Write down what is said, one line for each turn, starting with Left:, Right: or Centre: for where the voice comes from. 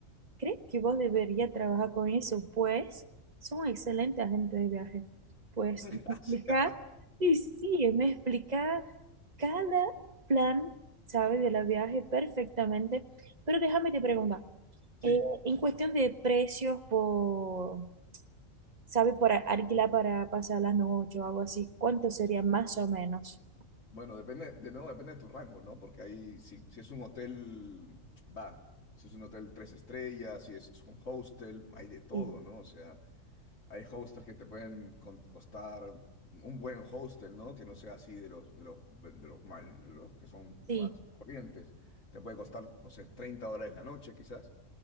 Right: ¿Crees que vos deberías trabajar con eso? Pues son excelentes agentes de viaje. Pues
Left: <laughs> Gracias.
Right: me explica, y sí, me explica cada plan, ¿sabes? De la viaje perfectamente. Pero déjame te preguntar,
Left: Sí,
Right: eh, en cuestión de precios por, ¿sabes? Por alquilar para pasar las noches o algo así, ¿cuánto sería
Left: sí.
Right: más o menos?
Left: Bueno, depende, de nuevo depende de tu rango, ¿no? Porque ahí, si, si es un hotel, va, si es un hotel tres estrellas, si es un hostel, hay de todo,
Right: Sí,
Left: ¿no? O sea, Hay hostels que te pueden con- costar un buen hostel, ¿no? Que no sea así de los, de los, de los mal, de los que son
Right: sí.
Left: más corrientes. Te puede costar, no sé, 30 dólares la noche, quizás.